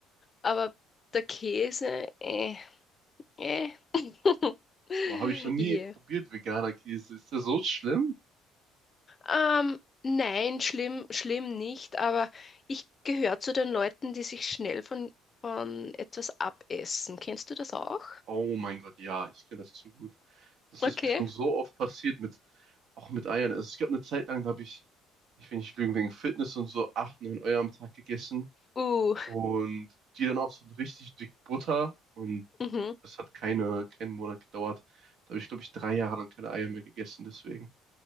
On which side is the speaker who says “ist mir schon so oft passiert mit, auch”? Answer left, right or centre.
Right